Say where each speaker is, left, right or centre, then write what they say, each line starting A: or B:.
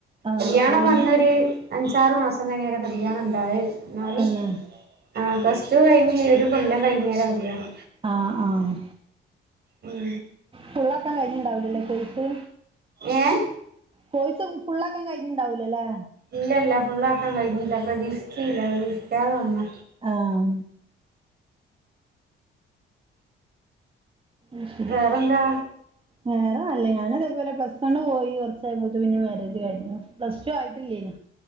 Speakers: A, on the right (about 25°); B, on the right (about 55°).
A: ആഹ്
B: കല്യാണം
A: അപ്പൊ പി
B: വന്നൊരു അഞ്ചാറ് മാസം കഴിഞ്ഞാ കല്യാണം ഉണ്ടായത്. എന്നാലും
A: തന്നെ
B: ആഹ് പ്ലസ് ടു കഴിഞ്ഞ് ഒരു കൊല്ലം കഴിഞ്ഞേ കല്യാണം.
A: ആഹ് ആഹ്
B: ഉം.
A: ഫുള്ളാക്കാൻ കഴിഞ്ഞ് ഉണ്ടാവില്ലേലെ കോഴ്സ്
B: ഏഹ്
A: കോഴ്സ് ഫുള്ളാക്കാൻ കഴിഞ്ഞിണ്ടാവുല അല്ലേ?
B: ഇല്ല ഇല്ല ഫുള്ള്ആക്കാൻ കഴിഞ്ഞില്ല പ്രതീക്ഷിച്ചില്ല. പ്രതീക്ഷിക്കാതെ വന്ന
A: ആഹ് അ ശരി
B: വേറെന്താ
A: വേറെ നല്ലത് ഞാനതേ പോലെ പ്ലസ് വൺ പോയി കുറച്ചായപ്പത്തേന് പിന്നെ മാരേജ് കഴിഞ്ഞു. പ്ലസ് ടു ആയിട്ടില്ലേനി